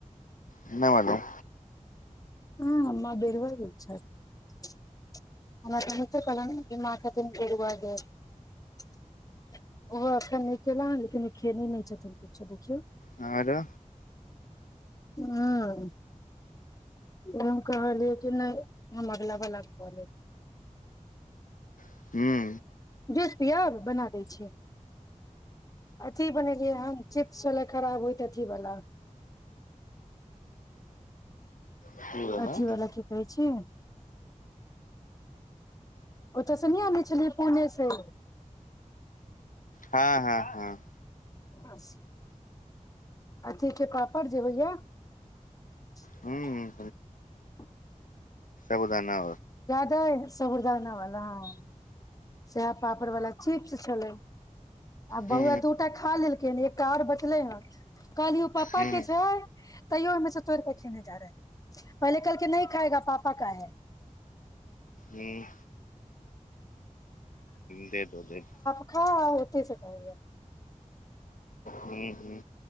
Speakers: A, on the left; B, on the left.
A: नहि मालूम
B: हँ माॅं बिड़ुआ गेल छैथ <unintelligible> ओहो एखन केल लेकिन ओ खेने नहि छथिन किछो देखियौ
A: ह आरो
B: हँ हम कहलियै कि नहि हम अगला बला क लेब
A: हूँ
B: जूस पिअब बना दै छिय अथी बनेलियै हन चिप्स छलै खराब होइत अथीवला
A: की भेलौ
B: अथीवला की कहै छी ओतय नइ आनिये छलियै पुणे से
A: हँ हँ हँ
B: <unintelligible> अथीके पापड़ जे होइए <inaudible>
A: हूँ हूँ सबुदाना
B: सबुरदाना वाला हॅं सेहे पापड़ वाला चिपस छलै आ
A: हूँ
B: बौआ दूटा खा लेलकै ह एकटा आओर बचलै हन कहलियो ओ पापा
A: हूँ
B: के छै तैयो ओहिमे से तोड़ के खेने जा रहे पहिले कहलके नहि खाएगा पापा का है
A: हूं दे दो दे दो
B: हँ होत छै कहलिए
A: हूँ हूँ